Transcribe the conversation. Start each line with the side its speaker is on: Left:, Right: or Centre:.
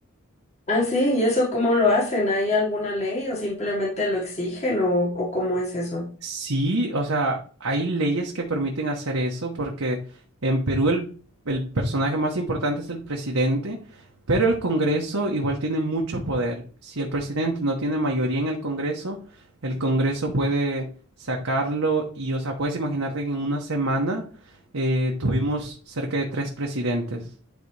Left: Ah, sí, ¿y eso cómo lo hacen? ¿Hay alguna ley o simplemente lo exigen o, o cómo es eso?
Right: Sí, o sea, hay leyes que permiten hacer eso porque en Perú el, el personaje más importante es el presidente, pero el Congreso igual tiene mucho poder. Si el presidente no tiene mayoría en el Congreso, el Congreso puede sacarlo y, o sea, puedes imaginarte que en una semana eh, tuvimos cerca de tres presidentes.